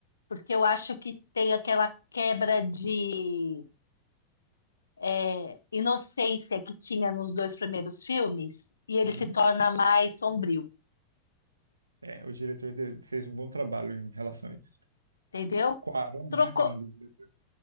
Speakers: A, on the left; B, on the right.
A: Porque eu acho que tem aquela quebra de é, inocência que tinha nos dois primeiros filmes e ele
B: Uhum.
A: se torna mais sombrio,
B: É, o diretor de- fez um bom trabalho em relação a isso.
A: entendeu?
B: Cuarón,
A: Trocou,
B: né? O nome do diretor.